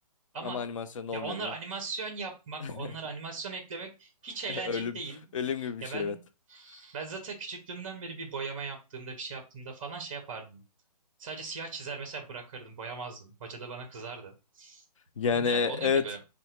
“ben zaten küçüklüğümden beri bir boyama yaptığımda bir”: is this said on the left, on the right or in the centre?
Right